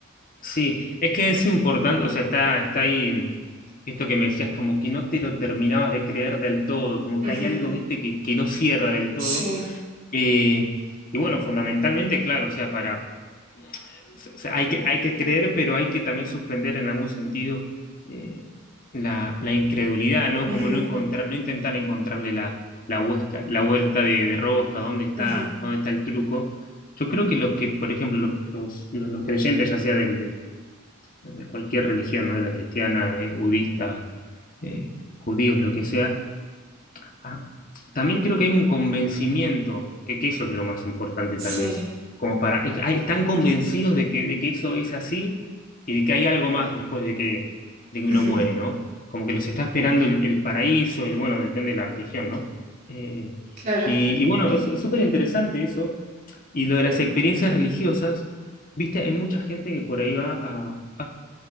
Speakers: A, on the left (about 40°); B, on the right (about 40°).
A: Sí, es que es importante, o sea, está, está ahí mm, esto que me decías, como que no te lo terminabas de creer del todo, como
B: Ujú,
A: que hay algo, viste, que, que no cierra del todo.
B: Sí,
A: Eh, y bueno, fundamentalmente, claro, o sea, para, o sea, hay que, hay que creer, pero hay que también suspender en algún sentido eh, la, la incredulidad, ¿no?
B: ujú,
A: Como no encontrar, no intentar encontrarle la, la, huesca- la vuelta de, de rosca, dónde está,
B: ujú,
A: dónde está el truco. Yo creo que los que, por ejemplo, los, los, los- los creyentes, ya sea del- de, de cualquier religión, ¿no? De la cristiana, eh, budista, eh, judíos, lo que sea, Ah, también creo que hay un convencimiento, que, que eso es lo más importante
B: sí,
A: tal vez, como para, es- ah, están convencidos de que, de que eso es así y de que hay algo más después de que, de que uno
B: ujú,
A: muere, ¿no? Como que los está esperando el, el paraíso, el, bueno, depende de la religión, ¿no? Eh,
B: claro,
A: y, y bueno, es es súper interesante eso. Y lo de las experiencias religiosas, viste, hay mucha gente que por ahí va a,